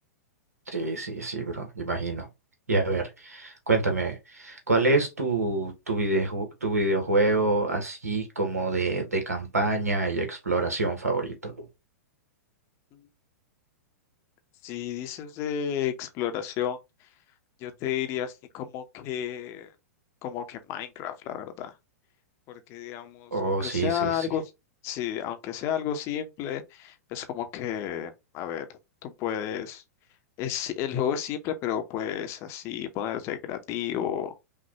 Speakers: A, on the right (about 75°); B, on the left (about 35°).
A: Sí, sí, sí, bro, imagino. Y a ver, cuéntame, ¿cuál es tu, tu videoju- tu videojuego así como de, de campaña y exploración favorito?
B: Mm, Si dices de exploración, Yo te diría así como que, como que Minecraft, la verdad. Porque digamos,
A: Oh,
B: aunque
A: sí,
B: sea
A: sí, sí.
B: algo, sí, aunque sea algo simple, es como que, a ver, tú puedes, es, el juego es simple, pero puedes así ponerte creativo,